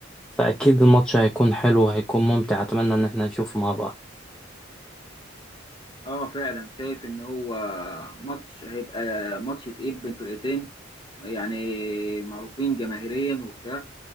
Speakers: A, in the centre; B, on the left (about 25°).
A: فاكيد الماتش هيكون حلو وهيكون ممتع اتمنى ان احنا نشوفه مع بعض
B: اه فعلا شايف ان هو ماتش هيبقى ماتش تقيل بين فرقتين يعني معروفين جماهيريا وبتاع